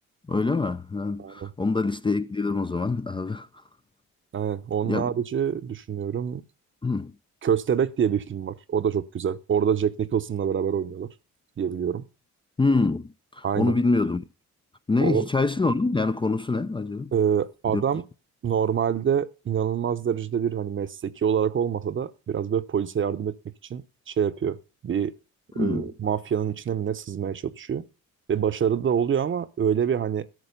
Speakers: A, on the left; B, on the right.
A: Öyle mi? Yani
B: Aynen.
A: onu da listeye ekleyelim o zaman abi. <laughs>
B: Aynen. Onun
A: Ya
B: harici düşünüyorum.
A: hmm.
B: Köstebek diye bir film var. O da çok güzel. Orada Jack Nicholson'la beraber oynuyorlar diye biliyorum.
A: Hmm.
B: Aynen.
A: Onu bilmiyordum. Ne
B: O
A: hikayesi ne onun? Yani konusu ne acaba?
B: Ee, adam
A: Diyorum.
B: normalde inanılmaz derecede bir hani mesleki olarak olmasa da biraz böyle polise yardım etmek için şey yapıyor. Bir
A: Hmm.
B: e, mafyanın içine mi ne sızmaya çalışıyor. Ve başarılı da oluyor ama öyle bir hani